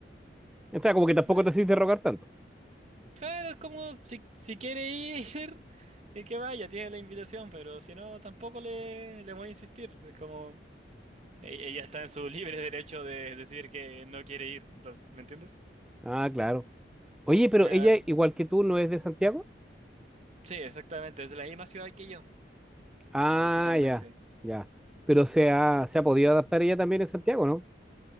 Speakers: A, in the centre; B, on the right (about 40°).
A: Está como
B: Entonces.
A: que tampoco te haces de rogar tanto.
B: Claro, es como si, si quiere ir, <laughs> que, que vaya, tiene la invitación, pero si no, tampoco le, le voy a insistir. Es como e- ella está en su <laughs> libre derecho de decir que no quiere ir. Entonces, ¿me entiendes?
A: Ah, claro. Oye, pero
B: Mira,
A: ella,
B: eh,
A: igual que tú, ¿no es de Santiago?
B: sí, exactamente, es de la misma ciudad que yo,
A: Ah,
B: originalmente.
A: ya, ya. Pero se ha, se ha podido adaptar ella también en Santiago, ¿no?